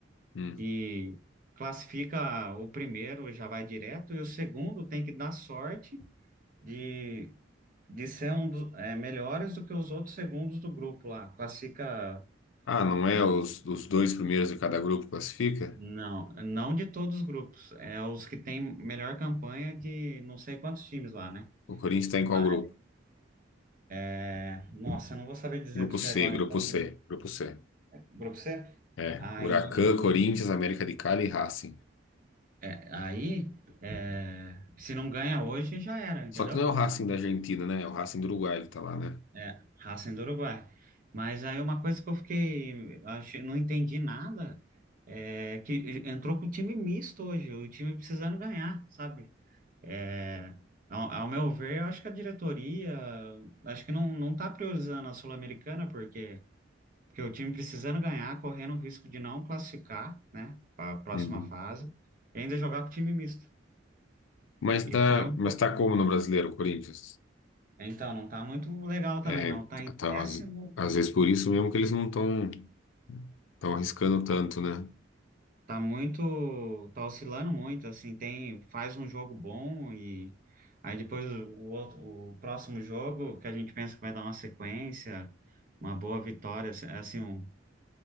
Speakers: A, on the left; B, on the right.
A: Hum.
B: e classifica o primeiro já vai direto e o segundo tem que dar sorte de de ser um dos é, melhores do que os outros segundos do grupo lá. Classifica
A: Ah, não
B: é,
A: é os, os dois primeiros de cada grupo classifica?
B: Não, não de todos os grupos. É os que têm melhor campanha de não sei quantos times lá, né?
A: O Corinthians está em
B: Mas,
A: qual grupo?
B: é, nossa, eu não vou saber dizer
A: Grupo
B: para você
A: C,
B: agora
A: grupo
B: em qual
A: C,
B: grupo,
A: grupo C.
B: é. grupo C.
A: É,
B: Aí,
A: Huracan, Corinthians, América de Cali e Racing.
B: é, aí é, se não ganha hoje, já era, entendeu?
A: Só que não é o Racing da Argentina, né? É o Racing do Uruguai que tá lá, né?
B: É, Racing do Uruguai. Mas aí uma coisa que eu fiquei, achei, não entendi nada, é que entrou com o time misto hoje, o time precisando ganhar, sabe? É, ao, ao meu ver, eu acho que a diretoria, acho que não, não tá priorizando a Sul-Americana, porque, porque o time precisando ganhar, correndo o risco de não classificar, né, para a próxima
A: Uhum.
B: fase, e ainda jogar com time misto.
A: Mas
B: E
A: tá,
B: foi um.
A: mas tá como no Brasileiro, o Corinthians?
B: Então, não tá muito legal também,
A: É,
B: não. Tá
A: tá,
B: em
A: tá,
B: décimo,
A: às, às vezes por isso mesmo que eles não estão tão tão arriscando tanto, né?
B: tá muito, tá oscilando muito, assim, tem, faz um jogo bom e aí depois o outro, o próximo jogo que a gente pensa que vai dar uma sequência, uma boa vitória, assim, assim, um,